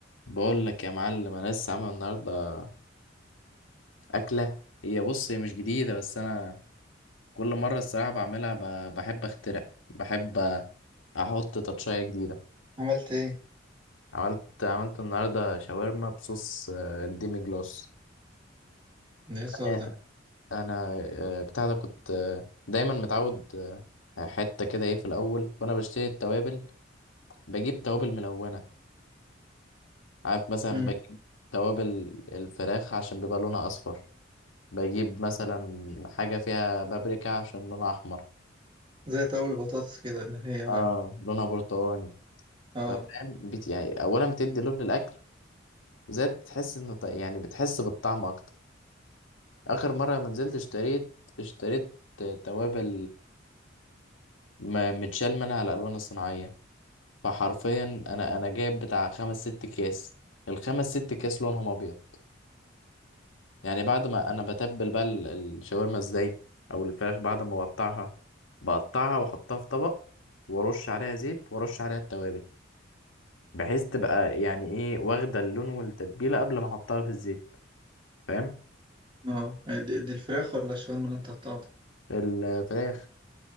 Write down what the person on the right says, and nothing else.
عملت ايه؟
ده ايه الصوص
ده؟
مم.
زي طاول البطاطس كده اللي هي
اه
اه دي, دي الفراخ ولا الشاورما اللي انت قطعتها؟